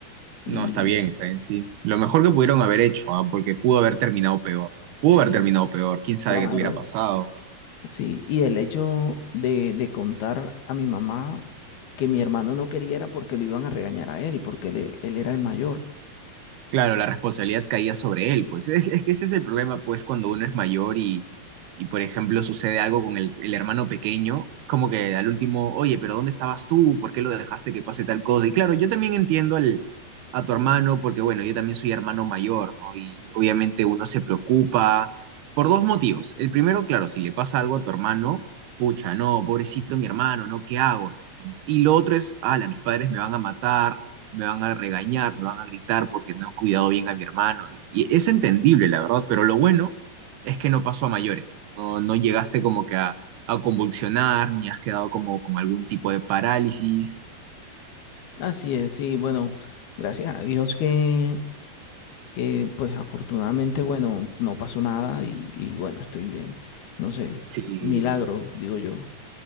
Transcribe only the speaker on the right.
No, está bien, está bien, sí. Lo mejor que pudieron haber hecho, ah, Porque pudo haber terminado peor. Pudo
haber terminado peor. Quién sabe
qué te hubiera pasado.
Claro, la responsabilidad caía sobre él, pues. Es, es que ese es el problema, pues, cuando uno es mayor y, y por ejemplo, sucede algo con el, el hermano pequeño, como que al último, oye, pero ¿dónde estabas tú? ¿Por qué lo dejaste que pase tal cosa? Y claro, yo también entiendo al, a tu hermano, porque bueno, yo también soy hermano mayor, ¿no? Y obviamente uno se preocupa por dos motivos. El primero, claro, si le pasa algo a tu hermano, pucha, no, pobrecito mi hermano, ¿no? ¿Qué hago? Bueno, Y lo otro es, ala, mis padres me van a matar me van a regañar, me van a gritar porque no he cuidado bien a mi hermano. Y, y es entendible, la verdad, pero lo bueno es que no pasó a mayores, ¿no? No, no llegaste como que a, a convulsionar, ni has quedado como con algún tipo de parálisis.
Sí,